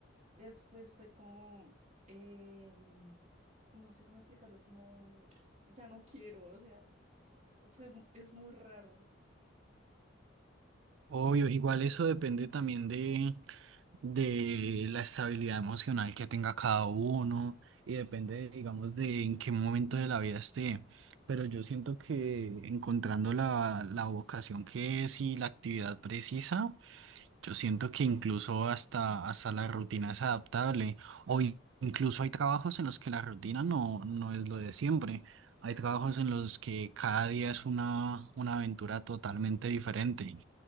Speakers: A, on the right (about 35°); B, on the right (about 65°).
A: Después fue como, eh, no sé cómo explicarlo, como ya no quiero, o sea, fue, es muy raro.
B: Obvio, igual eso depende también de de la estabilidad emocional que tenga cada uno y depende, digamos, de en qué momento de la vida esté. Pero yo siento que encontrando la, la vocación que es y la actividad precisa, yo siento que incluso hasta, hasta la rutina es adaptable. O in- incluso hay trabajos en los que la rutina no, no es lo de siempre. Hay trabajos en los que cada día es una, una aventura totalmente diferente